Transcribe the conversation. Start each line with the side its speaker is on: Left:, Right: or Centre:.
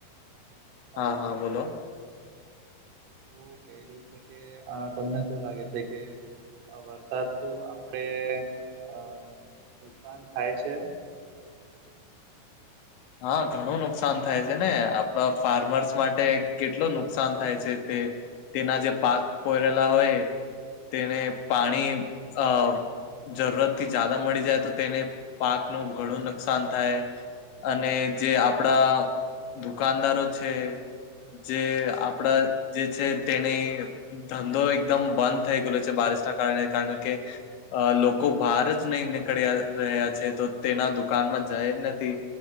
Left: હા
Right: હલો
Left: હા બોલો.
Right: એું ક્યું છે કે આ તમને શું લાગે છે કે વરસાદ તું આપડે અ નુકસાન થાય છે.
Left: હા ઘણું નુકસાન થાય છે ને આપણા ફાર્મર્સ માટે કેટલ નુકસાન થાય છે તે. તેના જે પાક પરેલા હોય તેને પાણી અ જરૂરત થી જદા મળી જાય તો તેને પાકનું ઘણું નુકસાન થાય. અને જે આપડા દુકાનદારો છે. જે આપડા જે છે તેને ધંધો એકદમ બંધ થઈ ગયેલો છે બારિશના કારણે કારણ કે અ લોકો બહાર જ નહી નીકળ્યા રહ્યા છે તો તેના દુકાનમાં જાય જ નથી.